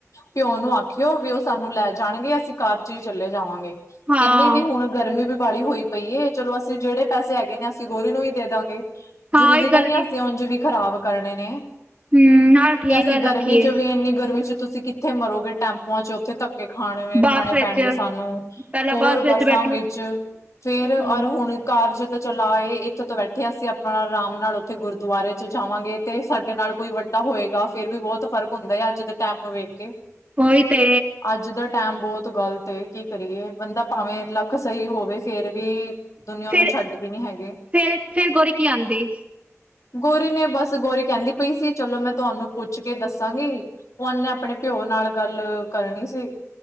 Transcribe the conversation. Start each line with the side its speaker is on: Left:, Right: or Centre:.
Left: ਪਿਓ ਨੂੰ ਆਖਿਓ ਵੀ ਉਹ ਸਾਨੂੰ ਲੈ ਜਾਣਗੇ ਅਸੀਂ ਘਰ ਚ ਹੀ ਚਲੇੇ ਜਾਵਾਂਗੇ।
Right: ਹਾਂ
Left: ਕਹਿੰਦੀ ਵੀ ਹੁਣ ਗਰਮੀ ਵੀ ਬਾਹਲੀ ਹੋਈ ਪਈ ਚਲੋ ਅਸੀਂ ਜਿਹੜੇ ਪੈਸੇ ਹੈਗੇ ਨੇ ਅਸੀਂ ਗੋਰੀ ਨੂੰ ਹੀ ਦੇ ਦਾਂਗੇ
Right: ਹਾਂ
Left: ਜ਼ਰੂਰੀ
Right: ਇਹ
Left: ਤਾਂ
Right: ਗੱਲ
Left: ਨ੍ਹੀ
Right: ਠੀਕ
Left: ਅਸੀਂ ਉੰਝ ਵੀ ਖ਼ਰਾਬ ਕਰਨੇ ਨੇ।
Right: ਹਮ ਹਾਂ ਠੀਕ
Left: ਤੇ ਅਸੀਂ
Right: ਗੱਲ
Left: ਗਰਮੀ
Right: ਆਖੀ ਏ
Left: ਚ ਵੀ ਇੰਨੀ ਗਰਮੀ ਚ ਤੁਸੀਂ ਕਿੱਥੇ ਮਰੋਗੇ ਟੈਂਪੂਆਂ ਚ ਉੱਥੇ ਧੱਕੇ ਖਾਣੇ
Right: ਬੱਸ
Left: ਖਾਣੇ
Right: ਵਿੱਚ
Left: ਪੈਣਗੇ ਸਾਨੂੰ
Right: ਪਹਿਲਾਂ
Left: ਹੋਰ
Right: ਬੱਸ ਵਿੱਚ
Left: ਬੱਸਾਂ
Right: ਬੈਠੋ
Left: ਵਿੱਚ ਫੇਰ
Right: ਹਮ,
Left: ਅਰ ਹੁਣ ਘਰ ਜੇ ਤੋਂ ਚਲਾ ਆਏ ਇੱਥੋਂ ਤੋਂ ਬੈਠੇ ਅਸੀਂ ਆਪਣਾ ਰਾਮ ਨਾਲ ਉੱਥੇ ਗੁਰਦੁਆਰੇ ਚ ਜਾਵਾਂਗੇ ਤੇ ਸਾਡੇ ਨਾਲ ਕੋਈ ਵੱਡਾ ਹੋਏਗਾ ਫੇਰ ਵੀ ਬਹੁਤ ਫ਼ਰਕ ਹੁੰਦਾ ਹੈ ਅੱਜ ਦੇ ਟੈਮ ਨੂੰ ਵੇਖ ਕੇ
Right: ਉਹੀ ਤੇ
Left: ਅੱਜ ਦਾ ਟੈਮ ਬਹੁਤ ਗ਼ਲ ਤੇ ਕੀ ਕਰੀਏ ਬੰਦਾ ਭਾਵੇਂ ਲੱਖ ਸਹੀ ਹੋਵੇ ਫੇਰ ਵੀ ਦੁਨੀ
Right: ਫਿਰ
Left: ਛੱਡਦੇ ਨੀ ਹੈਗੇ।
Right: ਫਿਰ ਫਿਰ ਗੋਰੀ ਕੀ ਆਂਦੀ
Left: ਗੋਰੀ ਨੇ ਬਸ ਗੋਰੀ ਕਹਿੰਦੀ ਪਈ ਸੀ ਚਲੋ ਮੈਂ ਤੁਹਾਨੂੰ ਪੁੱਛ ਕੇ ਦੱਸਾਂਗੀ। ਉਹਨੇ ਆਪਣੇ ਪਿਓ ਨਾਲ ਗੱਲ ਕਰਨੀ ਸੀ।